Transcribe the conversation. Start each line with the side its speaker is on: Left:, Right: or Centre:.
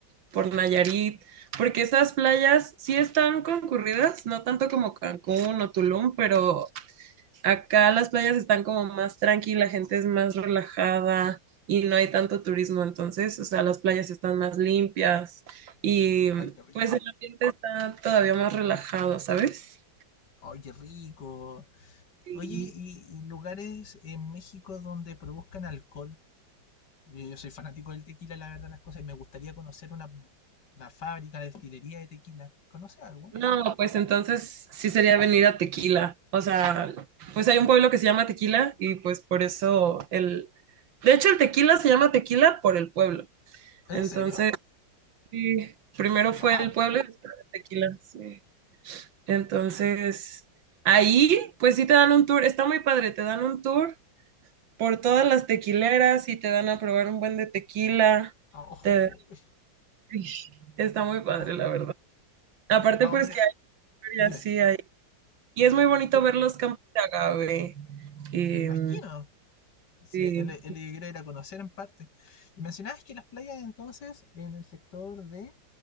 Right: por Nayarit, porque esas playas sí están concurridas, no tanto como Cancún o Tulum, pero Acá las playas están como más tranqui, la gente es más relajada y no hay tanto turismo, entonces, o sea, las playas están más limpias y
Left: Ay, qué rico.
Right: pues el ambiente está todavía más relajado, ¿sabes?
Left: Ay, qué rico.
Right: Sí.
Left: Oye, ¿y, y lugares en México donde produzcan alcohol? Yo, yo soy fanático del tequila, la verdad, las cosas, y me gustaría conocer una, una fábrica, una destilería de tequila. ¿Conoces alguna?
Right: No, pues entonces sí sería venir a Tequila, o sea, pues hay un pueblo que se llama Tequila y pues por eso el... De hecho, el Tequila se llama Tequila por el pueblo,
Left: ¿En
Right: entonces
Left: serio?
Right: sí, primero
Left: ¡Wow!
Right: fue el pueblo y después el Tequila, sí. Entonces, ahí, pues sí te dan un tour, está muy padre, te dan un tour por todas las tequileras y te dan a probar un buen de tequila.
Left: Oh,
Right: te-
Left: oh, oh,
Right: <laughs> Está muy padre,
Left: oh.
Right: la verdad. Aparte,
Left: Eh, más
Right: pues
Left: o menos.
Right: que hay ferias,
Left: Dime,
Right: sí hay. Y es muy bonito
Left: Eh,
Right: ver los campos de agave. Em,
Left: me imagino. Sí,
Right: sí,
Left: él, él quería ir a conocer en parte. Y mencionabas que las playas entonces en el sector de